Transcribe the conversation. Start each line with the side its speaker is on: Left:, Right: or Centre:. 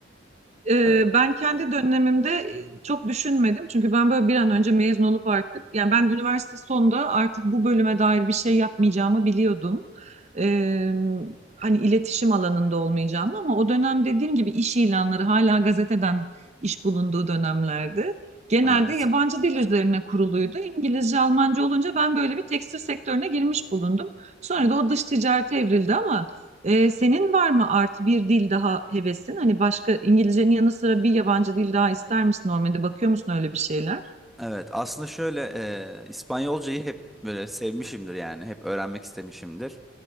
Right: Ee,
Centre: e,
Right: ben kendi dönemimde e, çok düşünmedim. Çünkü ben böyle bir an önce mezun olup artık yani ben üniversite sonunda artık bu bölüme dair bir şey yapmayacağımı biliyordum. Ee, hani iletişim alanında olmayacağımı ama o dönem dediğim gibi iş ilanları hala gazeteden iş bulunduğu dönemlerdi. Genelde
Centre: evet.
Right: yabancı dil üzerine kuruluydu. İngilizce, Almanca olunca ben böyle bir tekstil sektörüne girmiş bulundum. Sonra
Centre: Hmm.
Right: da o dış ticarete evrildi ama ee, senin var mı artı bir dil daha hevesin? Hani başka İngilizcenin yanı sıra bir yabancı dil daha ister misin normalde? Bakıyor musun öyle bir şeyler?
Centre: Evet, aslında şöyle e, İspanyolcayı hep böyle sevmişimdir yani hep öğrenmek istemişimdir.